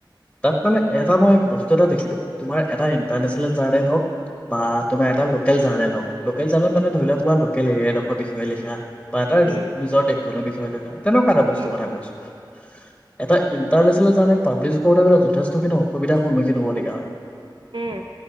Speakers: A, in the centre; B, on the right.
A: তাত মানে তামানে বচ <unintelligible> দেখিলোঁ, তোমাৰ এটা ইণ্টাৰনেচনেল জাৰ্ণেল হওঁক, বা তোমাৰ এটা লোকেল জাৰ্ণেল হওঁক, লোকেল জাৰ্ণেল মানে ধৰি লোৱা তোমাৰ ল <unintelligible> সবিষয়ে লিখা, বা এটা
B: উম
A: নিজৰ দেশখনৰ বিষয়ে লিখা, তেনেকুৱা এটা বস্তুৰ
B: উম
A: কথা কৈছোঁ। এটা ইণ্টাৰনেচনেল জাৰ্ণেল পাব্লিছ কৰোঁতে <unintelligible> যথেষ্টখিনি সন্মুখীন হ'বলীয়া হয়।
B: উম।